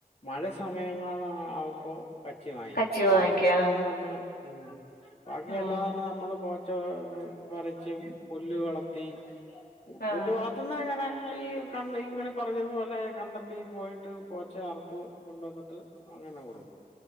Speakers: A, on the left (about 45°); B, on the left (about 85°).
A: മഴ സമയങ്ങള ആവുമ്പോ കച്ചി വായ്ങ്ങ്ക്കും
B: കച്ചി
A: ബാക്കി
B: വാങ്ങിക്കും
A: അല്ലാതെ
B: ആഹ്
A: നമ്മള് ഉം ബാക്കി
B: ആഹ്
A: അല്ലാതെ ന്നെ നമ്മള് പോ <unintelligible> പറിച്ച് പുല്ല് വളർത്തി
B: ആഹ്
A: പുല്ല് വളർത്തുന്ന എങ്ങനെ ഈ കണ്ട് ഇങ്ങനെ പറഞ്ഞതു പോലെ കണ്ടെത്തി പോയിട്ട് പോച്ച അറ്ത്ത് കൊണ്ടുവന്ന്ട്ട് അങ്ങനെ കൊടുക്കും